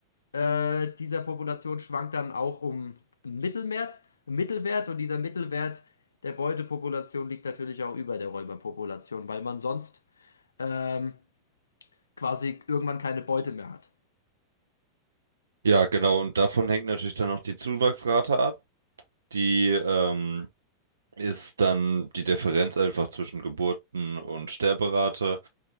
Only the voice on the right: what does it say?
Ja, genau. Und davon hängt natürlich dann auch die Zuwachsrate ab. Die ähm, ist dann die Differenz einfach zwischen Geburten- und Sterberate.